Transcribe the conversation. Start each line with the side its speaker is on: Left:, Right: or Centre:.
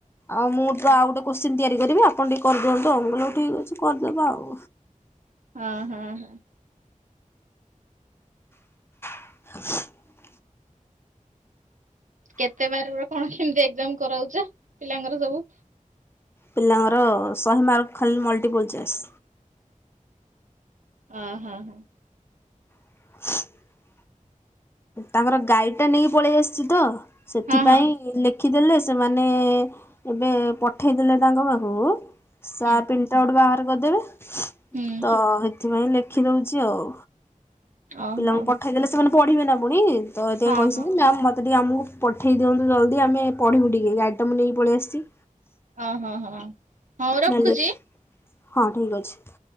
Left: ଆଉ ମୁଁ
Right: ହଁ
Left: ତ ଆଉ ଗୋଟେ କୋଶ୍ଚ କି ତିଆରି କରିବେ ଆପଣ ଟିକେ କରିଦିଅନ୍ତୁ ମୁଁ କହିଲି ହୋଉ ଠିକ୍ ଅଛି କରିଦେବା ଆଉ।
Right: ହଁ ହଁ।
Left: <unintelligible>
Right: କେତେ ବାର କଣ କେମିତି ଏକ୍ସଜାମ କରାଉଛ ପିଲାଙ୍କର ସବୁ?
Left: ପିଲାଙ୍କର ଶହେ ମାର୍କ ଖାଲି ମଲ୍ଟିପଲ୍ ଚେସ୍।
Right: ଅ ହଁ।
Left: <unintelligible> ତାଙ୍କର ଗାଈ ଟା ନେଇକି ପଳେଇ ଆସିଛି ତ
Right: ହଁ
Left: ସେଥିପାଇଁ
Right: ହଁ ହଁ
Left: ଲେ ଲେଖିଦେଲେ ସେମାନେ ଏବେ ପଠେଇ ଦେଲେ ତାଙ୍କ ପାଖକୁ ସାର
Right: ହୁଁ
Left: <unintelligible> ବାହାର କରିଦେବେ
Right: ହୁଁ
Left: ତ ହେଥି <unintelligible> ଲେଖିଦଉଛି ଆଉ।
Right: ଓହୋ
Left: ପିଲାଙ୍କୁ ପଠେଇ ଦେଲେ ସେମାନେ ପଢିବେ ନା ପୁଣି ତ ଏଥିପାଇଁ
Right: ହଁ
Left: କହିଛନ୍ତି
Right: ହଁ
Left: ମତେ ଟିକେ ଆମକୁ ପଠେଇ ଦିଅନ୍ତୁ ଜଲ୍ଦି ଆମେ ପଢ଼ିବୁ ଟିକେ ଗାଇଟମ୍ ନେଇକି ପଳେଇ ଆସିଛି।
Right: ଓ ହଁ ହଁ। ହଉ ରଖୁଛି।
Left: ନାଲି ହଁ ଠିକ ଅଛି।